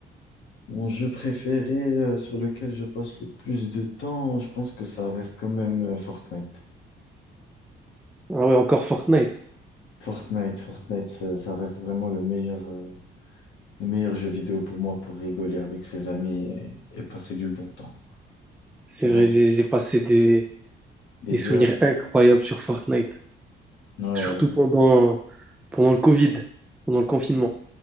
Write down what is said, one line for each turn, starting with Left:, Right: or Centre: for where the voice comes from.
Left: Mon jeu préféré, euh, sur lequel je passe le plus de temps, je pense que ça reste quand même euh, Fortnite.
Centre: Ah ouais, encore Fortnite.
Left: Fortnite, Fortnite, ça, ça reste vraiment le meilleur. euh, le meilleur jeu vidéo pour moi pour rigoler avec ses amis et, et passer du bon temps,
Centre: C'est
Left: tu
Centre: vrai,
Left: vois.
Centre: j'ai j'ai passé des,
Left: Des
Centre: des souvenirs
Left: heures.
Centre: incroyables sur Fortnite.
Left: Ouais,
Centre: Surtout
Left: ouais.
Centre: pendant, pendant le Covid, pendant le confinement.